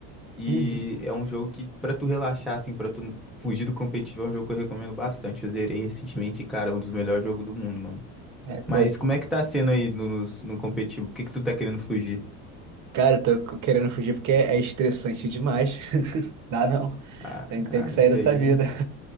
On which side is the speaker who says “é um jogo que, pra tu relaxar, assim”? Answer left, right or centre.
Centre